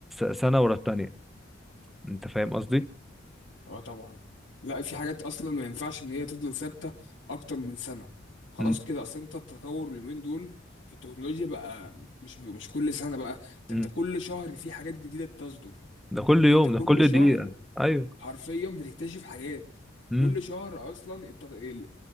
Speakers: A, in the centre; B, on the left.
A: سنه ورا التانيه انت فاهم قصدي؟
B: اه طبعا لا في حاجات اصلا ما ينفعش ان هي تفضل ثابته اكتر من سنه خلاص
A: م-
B: كده اصل انت التطور اليومين دول في التكنولوجيا بقى مش مش كل سنه بقى ده
A: م.
B: انت كل شهر في حاجات جديده بتصدر
A: ده كل
B: ده
A: يوم
B: انت كل
A: ده كل
B: شهر
A: دقيقه ايوه
B: حرفيا بتكتشف حاجات
A: م-
B: كل شهر اصلا الت... ال